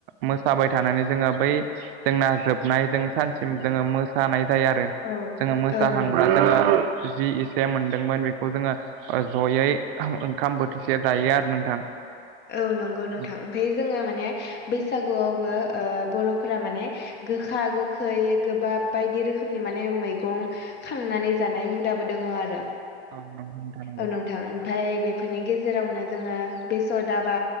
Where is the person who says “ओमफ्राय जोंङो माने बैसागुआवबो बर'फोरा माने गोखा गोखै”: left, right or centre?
Left